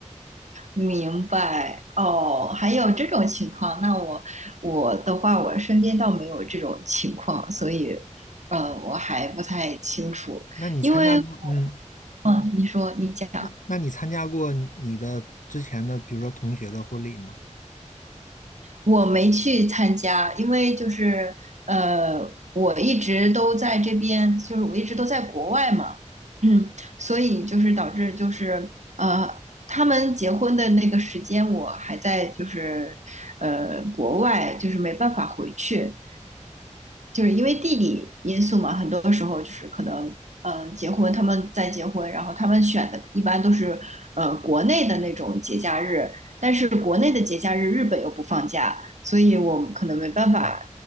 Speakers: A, on the right (about 65°); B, on the left (about 85°).
A: 明白。哦，还有这种情况，那我我的话，我身边倒没有这种情况，所以呃，我还不太清楚，
B: 那你参加过，
A: 因为
B: 嗯，
A: 嗯，你说你讲。
B: 那那你参加过你的之前的，比如说同学的婚礼吗？
A: 我没去参加，因为就是呃，我一直都在这边，就是我一直都在国外嘛，嗯，所以就是导致就是呃，他们结婚的那个时间我还在就是呃国外，就是没办法回去。就是因为地理因素嘛，很多时候就是可能，呃，结婚他们在结婚，然后他们选的一般都是呃国内的那种节假日，但是国内的节假日日本又不放假，所以我们可能没办法
B: 嗯，